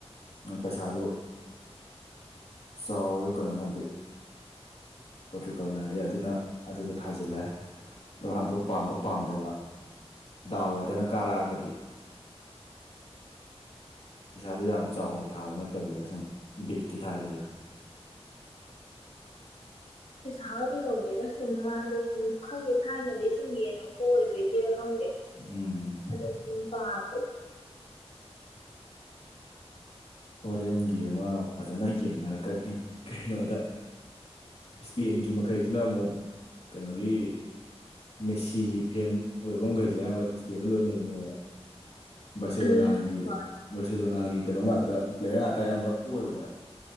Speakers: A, on the left; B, on the left.
A: ꯄꯩꯁꯥꯗꯨ ꯆꯥꯎꯋꯦꯕ ꯀꯩꯅꯣꯅꯗꯤ꯫ ꯄꯣꯇꯨꯀꯜꯅꯗꯤ ꯑꯗꯨꯅ ꯑꯗꯨꯗ ꯊꯥꯖꯤꯜꯂꯦ꯫ ꯔꯣꯅꯥꯟꯗꯣ ꯄꯥꯝꯕ ꯄꯥꯝꯗꯕ ꯗꯥꯎ ꯌꯥꯗꯅ ꯀꯥꯔꯛꯑꯒꯗꯤ꯫ ꯄꯩꯁꯥꯗꯨ ꯌꯥꯝ ꯆꯥꯎꯅ ꯊꯥꯕ ꯅꯠꯇꯕꯤꯗ ꯁꯨꯝ ꯕꯤꯠꯀꯤ ꯊꯥꯏꯅꯤꯗ꯫
B: ꯄꯩꯁꯥꯒꯗꯤ ꯇꯧꯗꯦꯗ ꯁꯨꯝ ꯃꯥꯗꯣ ꯁꯨꯝ ꯈꯪꯗꯦ ꯊꯥꯏꯅꯗꯒꯤ ꯁꯨꯝ ꯌꯦꯡꯉ ꯍꯣꯏ <unintelligible> ꯕꯒꯤꯔꯥ ꯈꯪꯗꯦ꯫
A: ꯎꯝ꯫
B: <unintelligible>
A: ꯍꯣꯔꯦꯟꯒꯤ ꯑꯃ ꯐꯖꯅ ꯌꯦꯡꯅꯔꯛꯀꯅꯤ ꯀꯩꯅꯣꯗ꯫ ꯏꯁꯄꯦꯟꯒꯤ ꯃꯈꯩꯁꯤꯅ ꯑꯃꯨꯛ ꯀꯩꯅꯣꯒꯤ ꯃꯦꯁꯤꯒꯤ ꯐꯦꯟ ꯑꯣꯏꯕ ꯃꯈꯩꯁꯦ ꯑꯌꯥꯝꯕ ꯏꯁꯄꯦꯟꯗ ꯂꯣꯏ ꯂꯩꯅꯦꯕ꯫
B: <inaudible>
A: ꯕꯥꯔꯁꯦꯂꯣꯅꯥꯒꯤ
B: ꯍꯣꯏ
A: ꯕꯥꯔꯁꯦꯂꯣꯅꯥꯒꯤ ꯀꯩꯅꯣ ꯉꯥꯛꯇ ꯄ꯭ꯂꯦꯌꯔ ꯉꯥꯛꯇ ꯑꯌꯥꯝꯕ ꯑꯣꯏꯕꯅꯦꯕ꯫